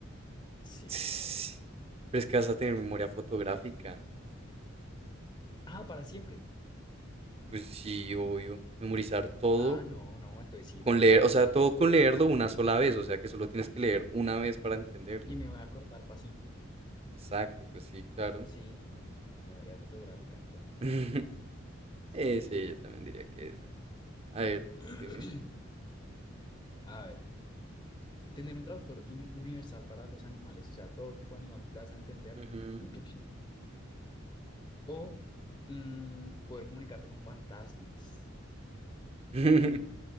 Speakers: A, on the left; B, on the right.
A: Sí,
B: Ss,
A: obvio.
B: Pero es que vas a tener memoria fotográfica.
A: Ah, para siempre.
B: Pues sí, obvio. Memorizar todo
A: Ah, no, no, entonces sí,
B: con
A: fotogra-
B: leer, o sea, todo
A: eso.
B: con leerlo una sola vez, o sea, que solo tienes que leer una vez para entenderlo.
A: Y me voy a acordar para siempre.
B: Exacto, pues sí, claro.
A: Sí, no, no, no. Memoria fotográfica entonces.
B: <laughs>
A: Sí.
B: Sí, sí, yo también diría que esa. A ver,
A: <clears throat>
B: dime.
A: A ver. Tener un traductor uni- universal para los animales, o sea, todo tipo de animal tú le vas a entender.
B: Ujú.
A: <clears throat> O mm, poder comunicarte con fantasmas.
B: <laughs>